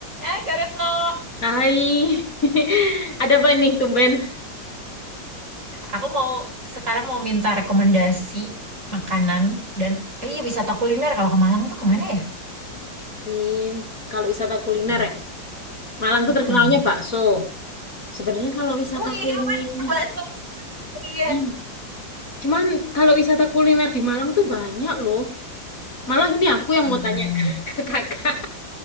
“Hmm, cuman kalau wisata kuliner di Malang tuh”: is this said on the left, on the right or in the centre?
Left